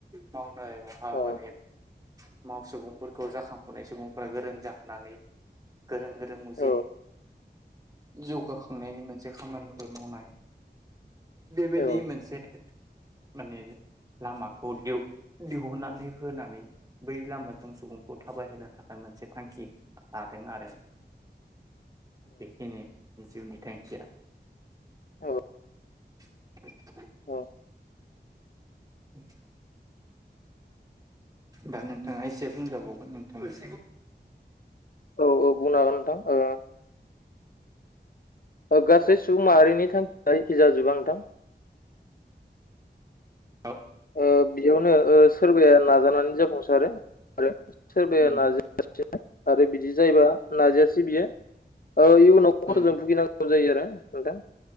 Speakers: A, on the right; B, on the left.
A: माव नायावहाय
B: औ
A: माने माव सुबुंफोरखौ जाखांफुनाय सुबुंफोरा गोरों जाहोनानै गोरों गोरों मो
B: औ
A: जौगाखांनायनि मोनसे खामानिफोर मावनाय बे बायदि
B: औ
A: मोनसे माने लामाखौ दिहुननानै होनानै बै लामाजों सुबुंखौ थाबायहोनो थाखाय मोनसे थांखि लादों आरो बेखिनि जिउनि थांखिया
B: औ
A: <inaudible>
B: औ
A: <inaudible> दा नोंथाङा एसे बुंजाबावगोन नोंथांनि
B: औ औ बुंनो हागोन नोंथां ओ ओ गासै सुबुं माहारिनि थांखिया एखि जाजोबा नोंथां
A: औ
B: ओ बेयावनो ओ सोरबाया नाजानानै जाफुंसारो आरो सोरबाया
A: उम
B: नाजायालासिनो आरो बिदि जायोबा नाजायासै बियो इयुनाव
A: उम
B: खसथ'जों भुगिनांगौ जायो आरो नोंथां